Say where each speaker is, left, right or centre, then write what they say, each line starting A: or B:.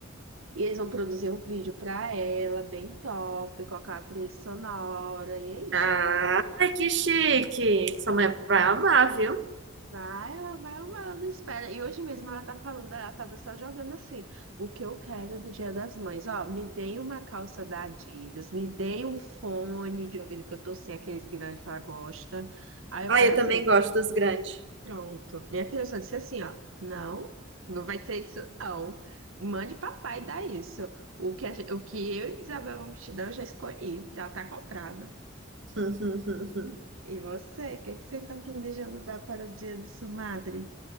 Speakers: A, on the right (about 80°); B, on the right (about 60°).
A: E eles vão produzir um vídeo pra ela, bem top, colocar a trilha sonora. E é isso.
B: Ah, ai, que chique! Sua mãe vai amar, viu?
A: Vai, ela vai amar, ela não espera. E hoje mesmo ela tá falando, ela tava só jogando assim. O que eu quero do Dia das Mães? Ó, me deem uma calça da Adidas, me deem um fone de ouvido que eu tô sem, aqueles grandes que ela gosta. Aí eu
B: Ai,
A: falei
B: eu
A: assim,
B: também gosto dos grandes.
A: pronto. Minha filha só disse assim, ó, não, não vai ser isso não. Mande papai dar isso. O que, a gente- o que eu e Isabel vamos te dar, eu já escolhi, já tá comprado.
B: <laughs>
A: E você, o que, que você tá planejando dar para o Dia de sua madre?